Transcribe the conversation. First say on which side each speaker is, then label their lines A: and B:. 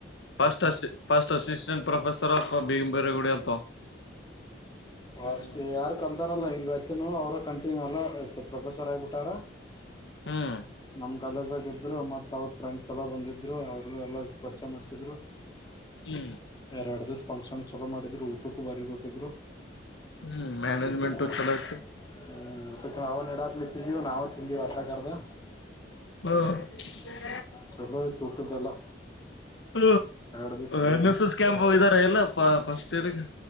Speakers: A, on the left; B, on the left.
A: first first assistant professor of ಬಿಗಂಬೇರಗುಡಿ ಅಂತ ಹ್ಮ್
B: ಅಷ್ಟೇ ಯಾರು ಕಲ್ತಾರಲ್ಲ ಇ ಅಚ್ಚೆನು ಅವ್ರ ಕಂಟಿನ್ಯೂ ಅಲ್ಲ ಎ ಪ್ರೊಫೆಸರ್ ಆಗಿಬಿಟ್ಟಾರ
A: ಹ್ಮ್
B: ನಮ್ಮ ಕಾಲೇಜ್ ಆಗಿದ್ರು ಮತ್ತು ಅವ್ರ ಫ್ರೆಂಡ್ಸ್ ಎಲ್ಲ ಬಂದಿದ್ರು ಅವರು ಎಲ್ಲ ಪರಿಚಯ ಮಾಡಿಸಿದ್ರು
A: ಹ್ಮ್.
B: ಎರಡ್ ದಿವಸ್ ಫಂಕ್ಷನ್ ಚಲೋ ಮಾಡಿದ್ರು ಊಟಕ್ಕೂ ಬಾರಿ ಕೊಟ್ಟಿದ್ರು.
A: ಹ್ಮ್ ಮ್ಯಾನೇಜ್ಮೆಂಟು
B: ಊಟುಕೂ.
A: ಚಲೋ ಇತ್ತು
B: ಹ್ಮ್ ಊಟಕ್ ನಾವ ನೆಡಾಕ್ ನಿಂತೀದಿವಿ ನಾವ ತಿಂದಿದಿವಿ ಅರ್ಧುಕರ್ಧಾ.
A: ಹ್ಮ.
B: ಚಲೋ ಆಯ್ತು ಊಟದ್ದೆಲ್ಲ.
A: ಹ
B: ಎರಡು ದಿವ್ಸ
A: ಎನ್ ಎಸ್ ಎಸ್ ಕ್ಯಾಂಪ್ ಹೊಗಿದಾರ ಎಲ್ಲ ಫಸ್ಟ್ ಇಯರ್ಗೆ.